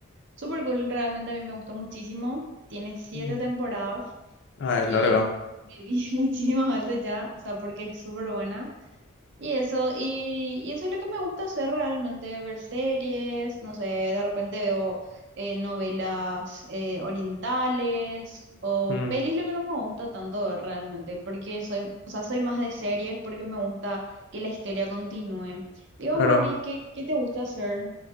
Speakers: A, on the right; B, on the left.
A: super cool, realmente a mí me gustó muchísimo. Tiene siete
B: mm.
A: temporadas.
B: Ah, es larga.
A: Y me vi <laughs> muchísimas veces ya, o sea, porque es súper buena. Y eso, y, y eso es lo que me gusta hacer realmente, ver series, no sé, de repente veo eh, novelas eh, orientales o
B: Mm,
A: pelis, lo que no me gusta tanto ver realmente, porque soy, o sea, soy más de series porque me gusta que la historia continúe. Digo,
B: claro.
A: Mauri, ¿qué, qué te gusta hacer?